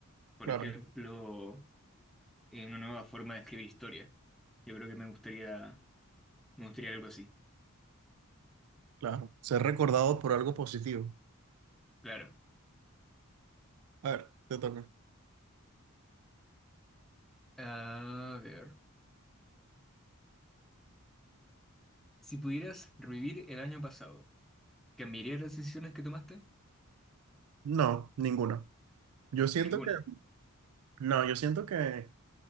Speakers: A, in the centre; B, on the right.
A: Por
B: Claro,
A: ejemplo, en una nueva forma de escribir historia. Yo creo que me gustaría, me gustaría algo así.
B: claro, ser recordado por algo positivo.
A: Claro.
B: A ver, te toca.
A: A ver. Si pudieras revivir el año pasado, ¿cambiarías las decisiones que tomaste?
B: No, ninguna. Yo siento
A: Ninguna.
B: que, no, yo siento que,